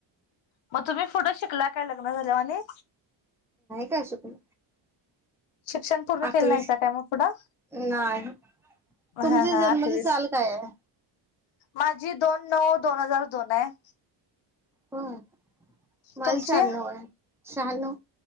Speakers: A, on the left; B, in the centre.
A: मग तुम्ही पुढं शिकला काय लग्न झाल ओ आणि
B: त
A: शिक्षण पूर्ण
B: आठवीस
A: केलं नाहीसा काय मग पुढं
B: नाय.
A: हा
B: तुमची
A: हा
B: जन्माची
A: अठवीस
B: साल काय आहे
A: माझी दोन नऊ दोन हजार दोन ये
B: व्हय मल
A: तुमची
B: शंहांनऊ आहे शंहांनऊ